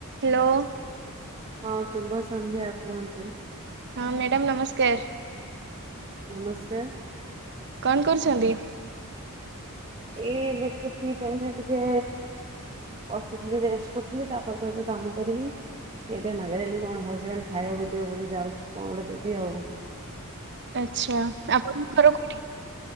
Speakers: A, on the right (about 50°); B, on the right (about 30°).
A: ହାଲୋ।
B: ହଁ ଶୁଭ ସନ୍ଧ୍ୟା କୁହନ୍ତୁ।
A: ହଁ ମ୍ୟାଡ଼ମ ନମସ୍କାର।
B: ନମସ୍କାର।
A: କଣ କରୁଛନ୍ତି।
B: ଏଇ ଏବେ ଟିକେ ଫ୍ରି ଟାଇମ ରେ ଟିକେ ବସିଥିଲି ରେଷ୍ଟ କରୁଥିଲି ତାପରେ ତ ଏବେ କାମ କରିବି। ଏବେ ମାଗିଲେଣି କଣ ହଜବେଣ୍ଡ ଖାଇବାକୁ ଦିଅ ବୋଲି ଯାଉଛି କଣ ଗଟେ ଦେବି ଆଉ।
A: ଆଛା ଆପଣଙ୍କର ଘର କୋଉଠି।